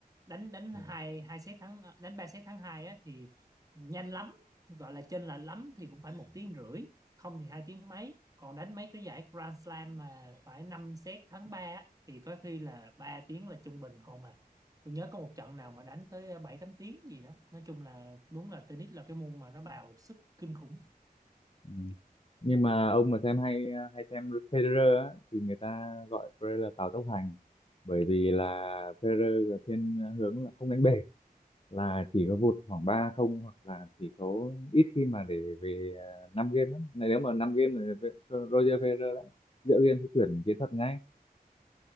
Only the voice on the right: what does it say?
đánh đánh hai
hai set thắng ờ, đánh ba set thắng hai á thì nhanh lắm gọi là chênh lệch lắm thì cũng phải một tiếng rưỡi không thì hai tiếng mấy còn đánh mấy cái giải Grand Slam mà phải 5 set thắng ba á, thì có khi là 3 tiếng là trung bình còn mà tôi nhớ có một trận nào mà đánh tới à, 7 8 tiếng gì đó nói chung là đúng là tennis là cái môn mà nó bào sức kinh khủng